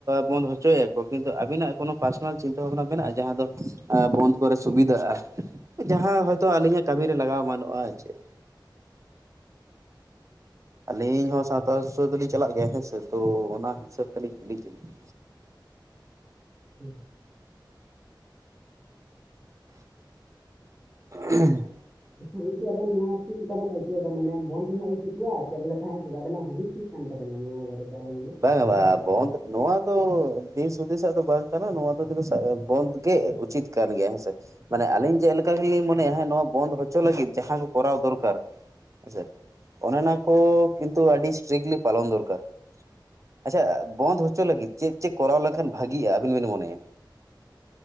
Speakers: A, on the right; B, in the centre.
A: ᱵᱚᱱᱫ ᱦᱚᱪᱚᱭᱟ ᱠᱚ, ᱠᱤᱱᱛᱩ ᱟᱵᱤᱱᱟᱜ ᱠᱚᱱᱚ ᱯᱟᱨᱥᱚᱱᱟᱞ ᱪᱤᱱᱛᱟᱹ ᱵᱷᱟᱵᱱᱟ ᱢᱮᱱᱟᱜᱼᱟ, ᱡᱟᱦᱟ ᱫᱚ ᱵᱚᱱᱫ ᱠᱚᱨᱮ ᱥᱩᱵᱤᱫᱷᱟᱜᱼᱟ, ᱡᱟᱦᱟᱸ ᱦᱚᱭᱛᱳ ᱟᱹᱞᱤᱧᱟᱜ ᱠᱟᱹᱢᱤᱨᱮ ᱞᱟᱜᱟᱣ ᱮᱢᱟᱱ ᱚᱜᱼᱟ, ᱟᱨ ᱪᱮᱫ᱾ ᱟᱹᱞᱤᱧ ᱦᱚᱸ ᱥᱟᱶᱛᱟ ᱥᱩᱥᱟᱹᱨ ᱫᱚᱞᱤᱧ ᱪᱟᱞᱟᱜ ᱜᱮᱭᱟ, ᱦᱮᱸ ᱥᱮ ᱛᱚ ᱚᱱᱟ ᱦᱤᱥᱟᱹᱵ ᱛᱮᱞᱤᱧ ᱠᱩᱞᱤᱭ ᱮᱫ ᱵᱤᱱᱟ᱾
B: ᱦᱩᱸ,
A: ᱦᱮᱸ <unintelligible> <unintelligible>
B: ᱟᱪᱪᱷᱟ ᱜᱚᱝᱠᱮ ᱟᱵᱮᱱ ᱱᱚᱣᱟ ᱪᱮᱫ ᱞᱮᱠᱟ ᱵᱮᱱ ᱟᱹᱭᱠᱟᱹᱣ ᱫᱟ, ᱢᱟᱱᱮ ᱵᱚᱱᱫ ᱦᱟᱸᱜ ᱴᱷᱤᱠᱚᱜᱼᱟ, ᱥᱮ ᱵᱚᱞᱮ ᱛᱟᱦᱮᱸ ᱦᱚᱪᱚ ᱱᱟᱜ ᱟᱵᱤᱱᱟᱜ ᱦᱩᱫᱤᱥ ᱪᱮᱫ ᱠᱟᱱ ᱛᱟᱵᱮᱱᱟ ᱱᱚᱣᱟ ᱵᱟᱨᱮᱛᱮ ᱟᱵᱮᱱ ᱵᱚᱞᱮ᱾
A: ᱵᱟᱝ ᱟ ᱵᱟᱝ ᱟ ᱵᱚᱱᱫᱷ ᱱᱚᱣᱟ ᱫᱚ, ᱫᱤᱥ ᱦᱩᱫᱤᱥᱟᱜ ᱫᱚ ᱵᱟᱝ ᱠᱟᱱᱟ ᱱᱚᱣᱟ ᱫᱚ᱾ ᱠᱟᱛᱮ ᱫᱚ ᱵᱚᱱᱫ ᱜᱮ ᱩᱪᱤᱛ ᱠᱟᱱ ᱜᱮᱭᱟ ᱦᱮᱸᱥᱮ᱾ ᱢᱟᱱᱮ ᱟᱹᱞᱤᱧ ᱪᱮᱫ ᱞᱮᱠᱟ ᱜᱮᱞᱤᱧ ᱢᱚᱱᱮᱭᱟ ᱦᱮᱸ, ᱱᱚᱣᱟ ᱵᱚᱱᱫᱷ ᱦᱚᱪᱚ ᱞᱟᱹᱜᱤᱫ ᱡᱟᱦᱟᱸ ᱠᱚ ᱠᱚᱨᱟᱣ ᱫᱚᱨᱠᱟᱨ᱾ ᱟᱪᱪᱷᱟ ᱚᱱᱮ ᱚᱱᱟ ᱠᱚ, ᱠᱤᱱᱛᱩ ᱟᱹᱰᱤ ᱤᱥᱴᱨᱠᱞᱤ ᱯᱟᱞᱚᱱ ᱫᱚᱨᱠᱟᱨ᱾ ᱟᱪᱪᱷᱟ ᱵᱚᱱᱫ ᱦᱚᱪᱚ ᱞᱟᱹᱜᱤᱫ, ᱪᱮᱫ ᱪᱮᱫ ᱠᱚᱨᱟᱣ ᱞᱮᱱᱠᱷᱟᱱ ᱵᱷᱟᱹᱜᱤᱜᱼᱟ, ᱟᱹᱵᱤᱱ ᱵᱤᱱ ᱢᱚᱱᱮᱭᱟ᱾